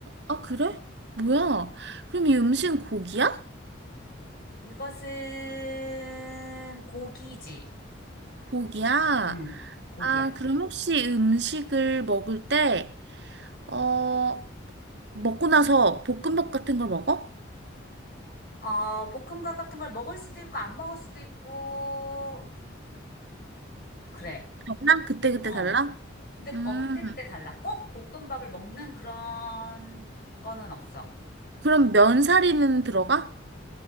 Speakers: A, on the right; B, on the left.
A: 아, 그래? 뭐야? 그럼 이 음식은 고기야?
B: 이것은, 고기지.
A: 고기야?
B: 음, 고기야.
A: 아, 그럼 혹시 음식을 먹을 때, 어, 먹고 나서 볶음밥 같은 걸 먹어?
B: 어, 볶음밥 같은 걸 먹을 수도 있고, 안 먹을 수도 있고, 그래.
A: 달라?
B: 근데
A: 그때그때
B: 어.
A: 달라?
B: 근데,
A: 음,
B: 어, 그때그때 달라. 꼭 볶음밥을 먹는 그런 거는 없어.
A: 그럼 면사리는 들어가?